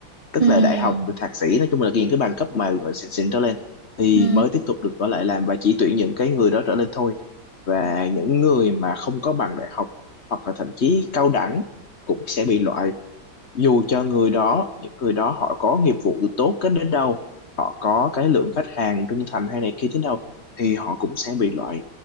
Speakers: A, on the left (about 40°); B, on the right (about 60°).
A: tức
B: ừ
A: là đại học rồi thạc sĩ nói chung là những cái bằng cấp mà gọi xịn xịn trở lên thì
B: ừ
A: mới tiếp tục được ở lại làm và chỉ tuyển những cái người đó trở lên thôi và
B: ừ.
A: những người mà không có bằng đại học hoặc là thậm chí cao đẳng cũng sẽ bị loại dù cho người đó những người đó họ có nghiệp vụ tốt đến đến đâu họ có cái lượng khách hàng trung thành hay này kia thế đâu thì họ cũng sẽ bị loại